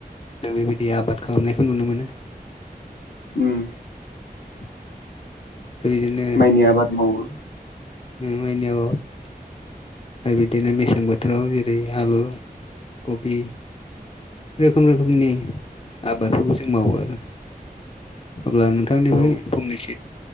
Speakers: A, on the left (about 35°); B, on the left (about 80°).
A: <unintelligible> बेबायदि आबाद खालामनायखौ नुनो मोनो
B: उम
A: <inaudible> बिदिनो
B: माइनि आबाद मावो
A: <unintelligible> आरो बिदिनो मेसें बोथोराव जेरै आलु कबि रोखोम रोखोमनि आबादफोरखौ जों मावो आरो अब्ला नोंथांनिफ्राय
B: औ
A: फंनैसो